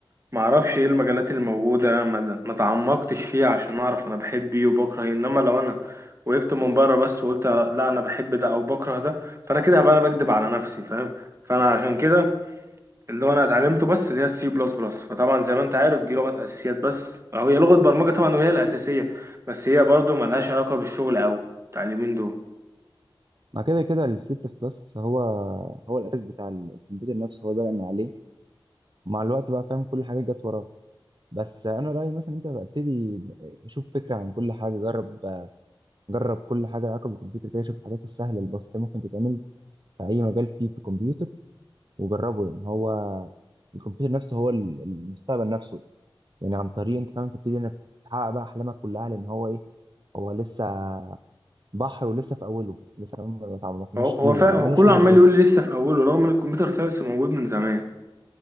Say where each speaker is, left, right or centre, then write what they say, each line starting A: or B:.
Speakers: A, on the right; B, on the right.
A: ما اعرفش ايه المجالات اللي موجوده ما ما تعمقتش فيها عشان اعرف انا بحب ايه وبكره ايه انما لو انا وقفت من بره بس وقلت لا انا بحب ده او بكره ده فانا كده هبقى انا بكدب على نفسي فاهم فانا عشان كده اللي هو انا اتعلمته بس اللي هي السي بلس بلس فطبعا زي ما انت عارف دي لغه اساسيات بس أو هي لغه برمجه طبعا وهي الاساسيه بس هي برضو ملهاش علاقه بالشغل قوي بتاع اليومين دول
B: مع كده كده السي بلس بلس هو هو الأساس بتاع الكمبيوتر نفسه هو اللي بدأ من عليه مع الوقت بقى فاهم كل حاجة جت وراه بس انا رايي مثلا انت ابتدي شوف فكره عن كل حاجه جرب جرب كل حاجه لها علاقه بالكمبيوتر كده شوف الحاجات السهله البسيطه ممكن تتعمل في اي مجال فيه في الكمبيوتر وجربه لان هو الكمبيوتر نفسه هو ال- المستقبل نفسه يعني عن طريقه انت فاهم تبتدي انك تحقق بقى احلامك كلها لان هو ايه هو لسه بحر ولسه في اوله لسه كمان ما تعمقناش
A: هو هو
B: فيه وملوش
A: فا... هو كله
B: نهايه
A: عمال يقول لي لسه في اوله رغم ان الكمبيوتر ساينس موجود من زمان